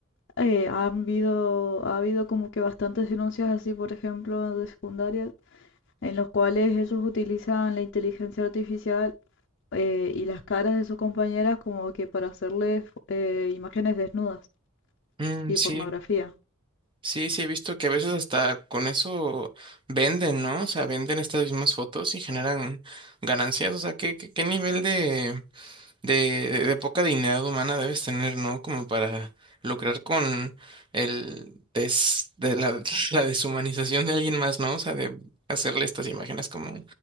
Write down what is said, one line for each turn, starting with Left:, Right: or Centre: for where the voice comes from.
Left: eh, han habido, ha habido como que bastantes denuncias así, por ejemplo, de secundaria, en los cuales ellos utilizan la inteligencia artificial eh, y las caras de sus compañeras como que para hacerles eh, imágenes desnudas
Right: Mm,
Left: y
Right: sí,
Left: pornografía.
Right: sí, sí, he visto que a veces hasta con eso venden, ¿no? O sea, venden estas mismas fotos y generan ganancias, o sea, ¿qué, qué, qué nivel de, de, de poca dignidad humana debes tener, ¿no? Como para lucrar con el des, de la, <laughs> la deshumanización de alguien más, ¿no? O sea, de hacerle estas imágenes como,